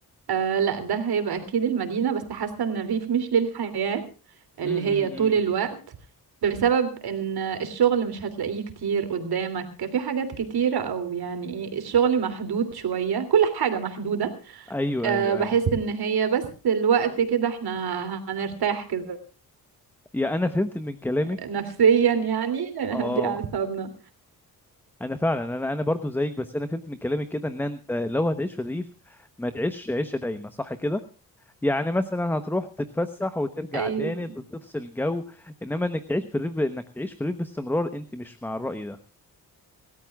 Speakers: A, on the right; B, in the centre.
A: آه لا ده هيبقى اكيد المدينة بس حاسة ان الريف مش للحياة اللي
B: امم
A: هي طول
B: أمم.
A: الوقت بسبب ان الشغل مش هتلاقيه كتير قدامك في حاجات كتيرة او يعني ايه الشغل محدود شوية كل حاجة محدودة
B: ايوه
A: أه
B: ايوه
A: بحس
B: ايوه
A: ان هي بس الوقت كده احنا هنرتاح كده
B: يا انا فهمت من كلامك
A: نفسيا يعني <laughs> نهدي
B: اه
A: اعصابنا
B: انا فعلا انا انا برضو زيك بس انا فهمت من كلامك كده ان انت لو هتعيش في الريف ما تعيش عيشه دايمه صح كده يعني مثلا هتروح تتفسح وترجع
A: ايوه
B: تاني تفصل جو انما انك تعيش في الريف انك تعيش في الريف باستمرار انت مش مع الرأي ده